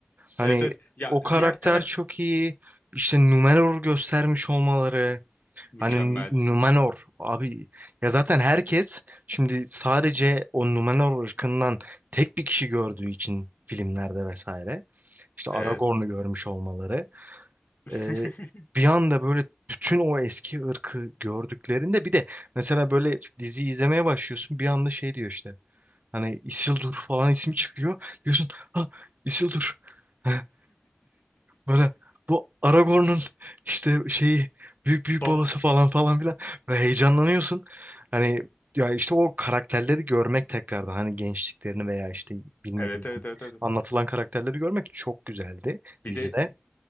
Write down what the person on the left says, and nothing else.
Evet evet. Ya
diğer karakter
mükemmel.
Evet.
<laughs>
Baba.
Evet evet evet evet.
Bir
de